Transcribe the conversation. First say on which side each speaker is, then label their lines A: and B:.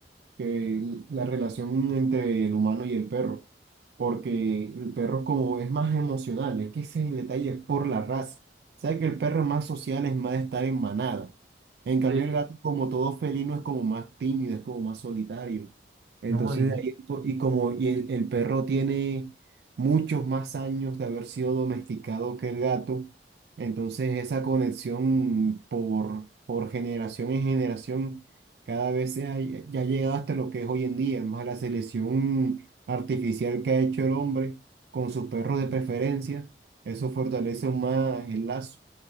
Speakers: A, on the right; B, on the right.
A: que la relación entre el humano y el perro porque el perro como es más emocional, es que ese es el detalle, es por la raza. Sabe que el perro es más social, es más de estar en manada. En cambio
B: Sí,
A: el gato, como todo felino, es como más tímido, es como más solitario. Entonces,
B: No, y
A: de ahí, es po- y como y el, el perro tiene muchos más años de haber sido domesticado que el gato, entonces esa conexión por, por generación en generación cada vez se ha- ya ha llegado hasta lo que es hoy en día, más la selección artificial que ha hecho el hombre con sus perros de preferencia, eso fortalece aún más el lazo.